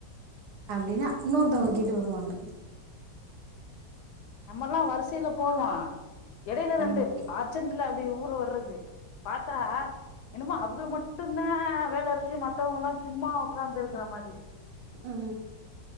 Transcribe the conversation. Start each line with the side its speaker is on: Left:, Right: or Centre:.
Right: அப்டின்னா இன்னொருத்தவ்ங்க
Left: ஆமா
Right: கேட்டு வருவாங்க
Left: நம்மல்லா வரிசைல போவோ எடைல ரெண்டு
Right: ஆமா
Left: அர்ச்சண்ட்ல அப்டி ஊற வர்றது பாத்தா என்னமோ அவுக மட்டுந்தா வேல இருக்கு மத்தவங்கெல்லா சும்மா உக்காந்து இருக்கிற மாதி
Right: அ